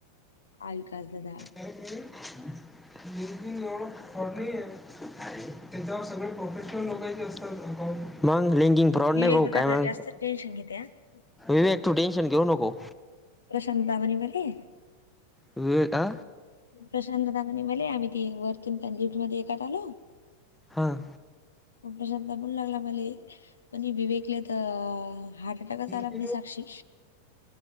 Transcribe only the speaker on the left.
काय काास दादा.
विवेक
दादा
जरा
जास्त टेन्शन घेतय हा.
प्रशांत तावणी मध्ये
प्रशांत दवानी मले आम्ही ती वरतून पण लिफ्टमध्ये एकात आल
मग प्रशांत म्हणू लागला मले, म्हणे विवेकले तर हार्ट अटॅकच
आला म्हणे साक्षी